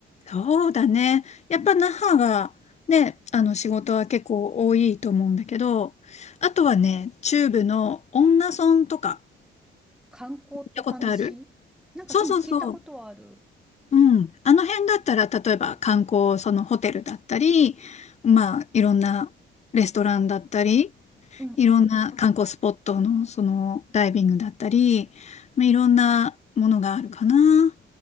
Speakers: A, on the left; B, in the centre.
A: そうだね。やっぱ那覇がね、あの仕事は結構多いと思うんだけど、あとはね、中部の恩納村とか
B: 観光って感じなんか、
A: 行ったことあるそうそうそう。
B: うん、聞いたことはある。
A: うん。あの辺だったら、例えば観光、そのホテルだったり、まあ、いろんなレストランだったり、
B: うんうんうん。
A: いろんな観光スポットの、そのダイビングだったり、まあ、いろんなものがあるかな。